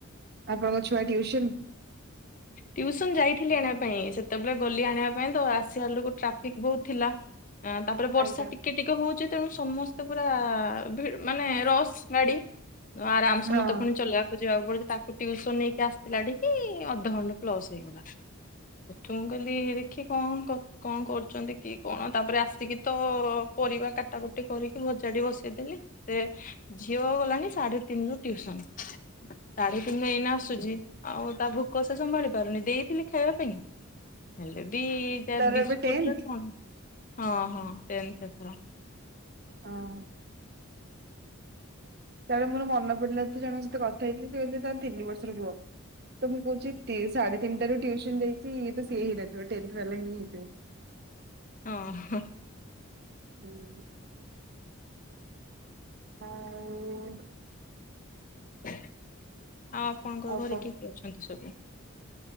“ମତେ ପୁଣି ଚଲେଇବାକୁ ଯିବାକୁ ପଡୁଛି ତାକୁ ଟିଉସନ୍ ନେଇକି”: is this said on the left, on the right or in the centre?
Left